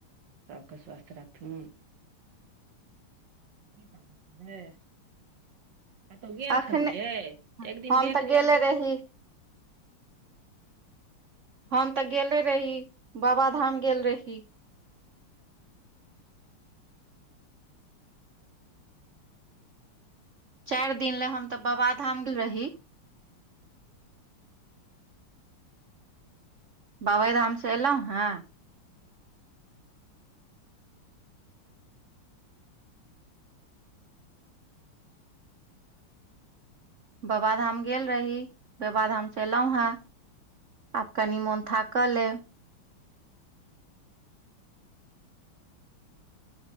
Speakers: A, on the right; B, on the right.
A: सभके स्वस्थ रखथून की सब होय छ्लै कतहु गेल
B: अखने
A: छलहुँ ये एक दिन
B: हम
A: गेट
B: तऽ गेले
A: ल
B: रही हम तऽ गेले रही बाबा धाम गेल रही चारि दिन लेए हम तऽ बाबा धाम गेल रही बाबा राम स एलहुँ हें बबा धाम गेल रही बबा धाम स एलहुं हें आब कनि मोन थाकल य